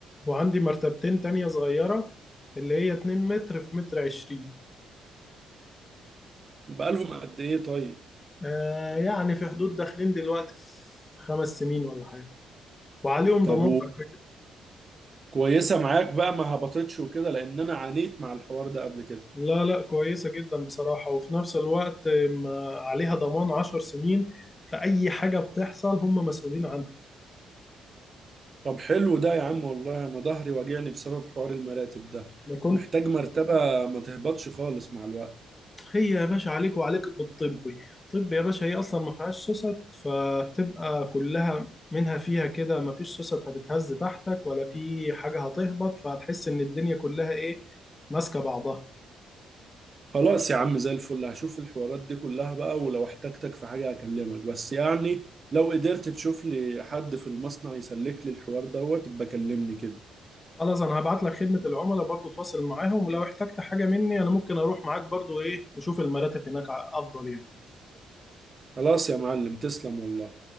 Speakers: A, on the left; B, on the right.
A: وعندي مرتبتين تانية صغيرة اللي هي اتنين متر في متر عشرين
B: بقالهم قد ايه طيب
A: آه يعني في حدود داخلين دلوقتي في خمس سنين ولا حاجة وعليهم
B: طب
A: ضمان على فكرة
B: وكويسة معاك بقى ما هبطتش وكده لان انا عانيت مع الحوار ده قبل كده
A: لا لا كويسة جدا بصراحة وفي نفس الوقت ما عليها ضمان عشر سنين فأي حاجة بتحصل هم مسؤولين عنها
B: طب حلو ده يا عم والله انا ظهري واجعني بسبب حوار المراتب ده
A: انا كنت
B: محتاج مرتبة ما تهبطش خالص مع الوقت
A: هي يا باشا عليك وعليك بالطبي الطب يا باشا هي اصلا ما فيهاش سوست فبتبقى كلها منها فيها كده ما فيش سوست هتتهز تحتك ولا في حاجه هتهبط فهتحس ان الدنيا كلها ايه ماسكه بعضها
B: خلاص يا عم زي الفل هشوف الحوارات دي كلها بقى ولو احتجتك في حاجة هكلمك بس يعني لو قدرت تشوف لي حد في المصنع يسلك لي الحوار دوت بكلمني كده
A: خلاص انا هبعت لك خدمه العملاء برضو تواصل معاهم ولو احتجت حاجه مني انا ممكن اروح معاك برضو ايه نشوف المراتب هناك افضل يعني
B: خلاص يا معلم تسلم والله